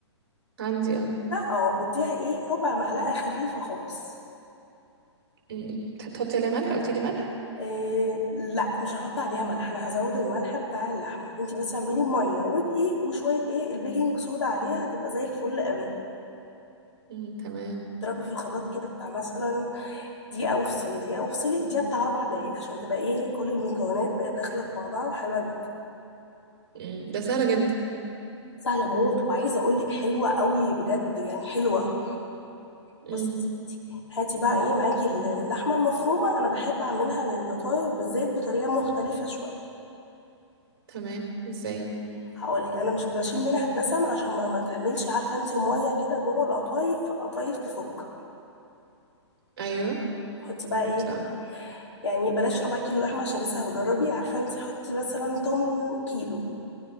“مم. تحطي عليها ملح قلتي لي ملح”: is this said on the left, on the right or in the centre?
Right